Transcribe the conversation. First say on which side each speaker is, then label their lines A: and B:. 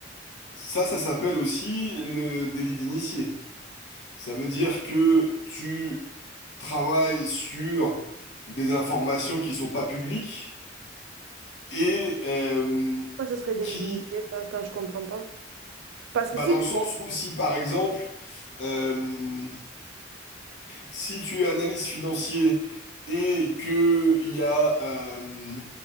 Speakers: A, on the left; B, on the right.
A: Ça, ça s'appelle aussi le délit d'initié. Ça veut dire que tu travailles sur des informations qui sont pas publiques et euh,
B: ça, ce serait délit
A: qui,
B: d'initié, ça, je je comprends pas. Parce
A: bah
B: que si,
A: dans le sens où si par exemple, euh, si tu es analyste financier et que il y a, euh,